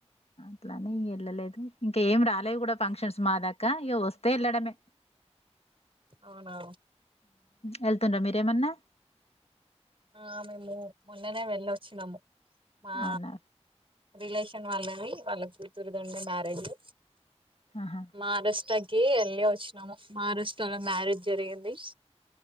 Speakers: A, on the left; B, on the right.
A: అట్లానే వెళ్ళలేదు ఇంకా ఏం రాలేదు కూడా ఫంక్షన్స్ మా దాకా ఇగ వస్తే వెళ్ళడమే
B: అవునా
A: వెళ్తుండ్రా మీరేమన్నా
B: ఆ మేము మొన్ననే వెళ్ళొచ్చినాము. మా
A: అవునా
B: రిలేష కెన్ వల్లవి వాళ్ళ కూతురు ఉండా మ్యారేజు
A: ఆహా
B: మరాష్ట్ర కే ఎల్లే వచ్చినాము మరాష్ట్రలో మ్యారేజ్ జరిగింది